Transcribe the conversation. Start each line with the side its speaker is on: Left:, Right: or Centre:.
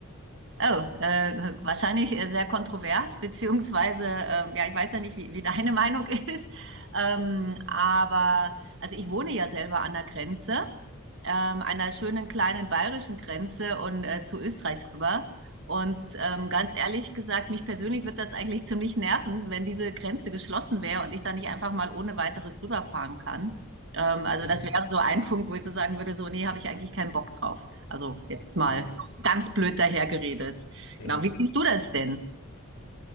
Right: Oh, äh, wahrscheinlich äh, sehr kontrovers, <laughs> beziehungsweise, ähm, ja, ich weiß ja nicht, wie, wie deine Meinung <laughs> ist, ähm, aber also ich wohne ja selber an der Grenze, ähm, einer schönen kleinen bayerischen Grenze und äh, zu Österreich rüber. Und ähm, ganz ehrlich gesagt, mich persönlich wird das eigentlich ziemlich nerven, wenn diese Grenze geschlossen wäre und ich dann nicht einfach mal ohne weiteres rüberfahren kann. Ähm, also
Left: Mhm.
Right: das wäre so ein Punkt, wo ich so sagen würde, so, nee, habe ich eigentlich keinen Bock drauf. Also jetzt mal
Left: Mhm.
Right: ganz blöd dahergeredet.
Left: Mhm.
Right: Genau, wie siehst du das denn?